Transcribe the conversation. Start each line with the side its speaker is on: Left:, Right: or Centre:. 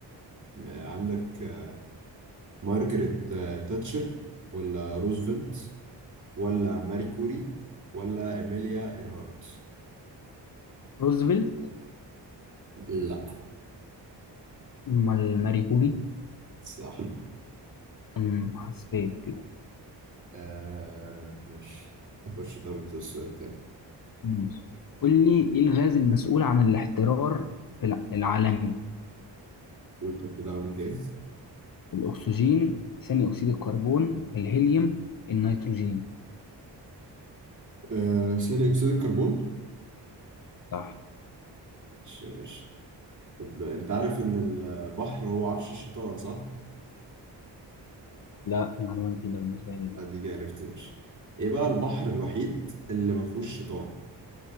Right: م- آه، عندك آه، مارجريت آه، تاتشر ولا روزفلت ولا ماري كوري ولا إيميليا إيرهارت
Left: روزفلت
Right: لا
Left: امال ماري كوري
Right: صح
Left: أمم، حسيت كده
Right: آه ماشي خش طب انت السؤال التاني
Left: ماشي. قول لي ايه الغاز المسؤول عن الاحترار في الع- العالمي
Right: قول طب كده عندك ايه؟
Left: الاكسجين ثاني اكسيد الكربون الهيليوم النيتروجين
Right: آه ثاني اكسيد الكربون
Left: صح
Right: ماشي يا باشا طب انت عارف ان البحر هو عرش الشيطان صح؟
Left: لا دي معلومة جديدة بالنسبة لي
Right: اديك عرفت يا باشا ايه بقى البحر الوحيد اللي ما فيهوش شيطان؟